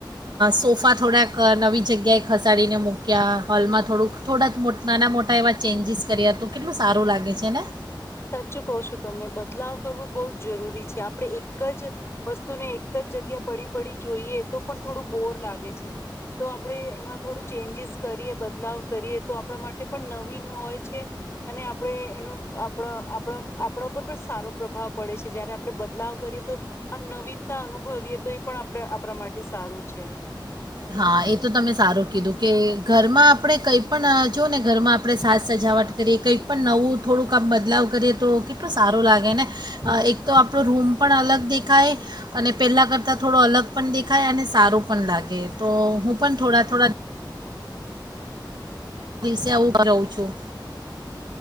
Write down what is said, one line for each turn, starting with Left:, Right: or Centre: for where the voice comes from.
Right: સોફા થોડાક નવી જગ્યાએ ખસાડીને મૂક્યા હોલમાં થોડુંક થોડાક મોટ નાના મોટા એવા ચેન્જીસ કર્યા તો કેટલું સારું લાગે છે ને.
Left: સાચું કો છો તમે બદલાવ કરવો બહુ જ જરૂરી છે. આપણે એક જ વસ્તુને એક જ જગ્યા પડી પડી જોઈએ તો પણ થોડું બોર લાગે છે તો આપણે એમાં થોડું ચેન્જીસ કરીએ બદલાવ કરીએ તો આપણા માટે પણ નવીન હોય છે. અને આપડે એનું આપ આપણા આપણા ઉપર પણ સારો પ્રભાવ પડે છે, જયારે આપણે બદલાવ કરીએ તો આમ નવીનતા અનુભવીએ તો એ પણ આપણે આપણા માટે સારું છે.
Right: હા, એ તો તમે સારું કીધું કે ઘરમાં આપણે કંઈ પણ જોઓ ને ઘરમાં આપણે સાજ સજાવટ કરીએ કંઈ પણ નવું થોડુંક આામ બદલાવ કરીએ તો કેટલું સારું લાગે ને એક તો આપણો રૂમ પણ અલગ દેખાય અને પહેલાં કરતાં થોડો અલગ પણ દેખાય અને સારું પણ લાગે. તો હું પણ થોડા થોડા આ દિવસે આવું કરું છું.